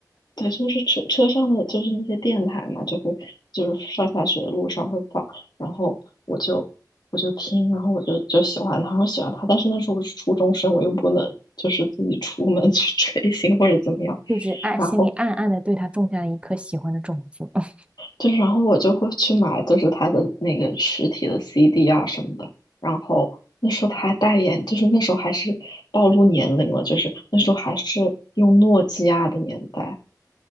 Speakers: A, on the left; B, on the right.
A: 对，就是车车上的就是那些电台嘛，就会就是上下学的路上会放，然后我就我就听，然后我就就喜欢他，我喜欢他，但是那时候我是初中生，我又不能就是自己出门去 <laughs> 追星或者怎么样，
B: 就是暗心里暗暗的对他种下了一颗喜欢的种子。
A: 然后
B: <laughs>
A: 就是，然后我就会去买，就是他的那个实体的 CD 啊什么的。然后那时候他还代言，就是那时候还是暴露年龄了，就是那时候还是用诺基亚的年代。